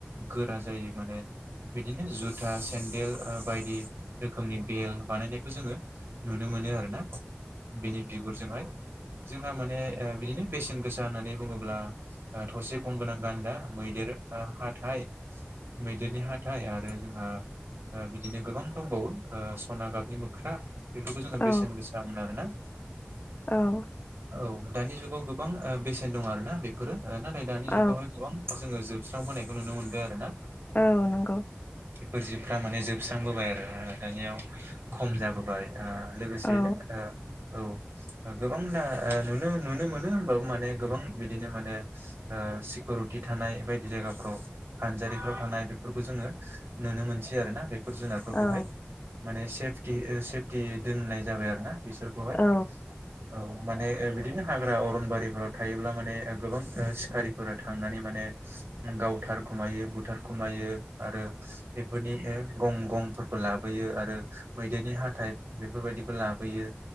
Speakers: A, on the right; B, on the left.
A: गोरा जायो माने बिदिनो जुथा सेन्देल ओ बायदि रोखोमनि बेल बानायनायखौ जोङो नुनो मोनो आरो बिनि बिगुरजोंहाय जोंहा माने बिदिनो बेसेन गोसा होननानै बुङोब्ला थसे गं गोनां गान्दा मैदेर हाथथाय मैदेरनि हाथाइ आरो जोंहा ओ बिदिनो गोबां दंबावो ओ सना गाबनि मोख्रा बेफोरखौ जोङो
B: औ
A: बेसेन गोसा मोन आरो ना।
B: औ
A: औ दानि जुगाव गोबां ओ बेसेन दं आरो ना बेफोरो नाथाय दानि
B: औ
A: जुगावहाय गोबां जोङो जोब स्रांबोनायखौ नुनो मोनदों आरो ना।
B: औ नंगौ।
A: बेफोर जिबफ्रा माने जोबस्रांबोबाय आरो दानियाव खम जाबोबाय। ओ लोगोसेनो
B: औ
A: ओ औ गोबांना ओ नुनो मोनो होमबाबो माने गोबां बिदिनो माने सिकिउरिटि थानाय बायदि जायगाफ्राव फानजारिफ्राव थानाय बेफोरखौ जोङो नुनो मोनसै आरोना बे जुनारफोरखौहाय
B: औ
A: माने सेफटि सेफटि दोननाय जाबाय आरो ना। बिसोरखौहाय
B: औ
A: औ माने बिदि बिदिनो हाग्रा अरनबारिफोराव थायोब्ला माने गोबां सिखारिफोर थांनानै माने गाव थार खुमायो बुथार खमायो आरो बेफोरनि गं गंफोरखौ लाबोयो आरो मैदेरनि हाथाय बेफोरबायदिखौ लाबोयो